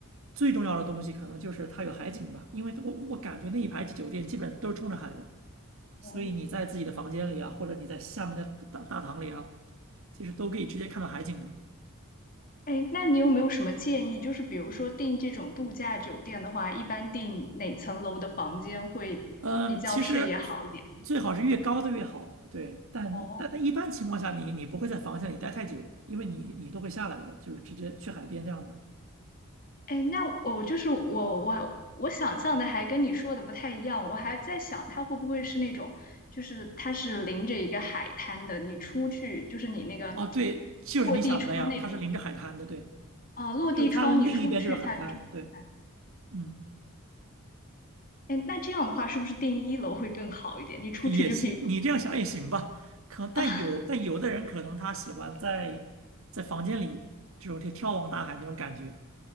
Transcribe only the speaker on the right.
最重要的东西可能就是它有海景吧，因为我我感觉那一排酒店基本都是冲着海的，所以你在自己的房间里啊，
或者你在下面的大大堂里啊，其实都可以直接看到海景的。
嗯，其实最好是越高的越好，对，但但但一般情况下你，
你不会在房间里待太久，因为你你都会下来的，就是直接去海边这样的。
哦，对，就是你想怎么样，
它是临着海滩的，对。
就是它另一边就是海滩，对，嗯，
也行，你这样想也行吧。可但有但有的人可能他喜欢在在房间里这种眺眺望大海那种感觉，